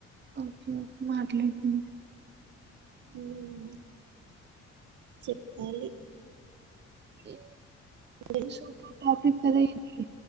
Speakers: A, on the right (about 35°); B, on the right (about 75°).
A: ఓకే ఓక్ మాట్లాండి
B: ఉఊమ్ చెప్పలి
A: ఏ
B: వెల్
A: సూపర్ టాపిక్ కద ఇది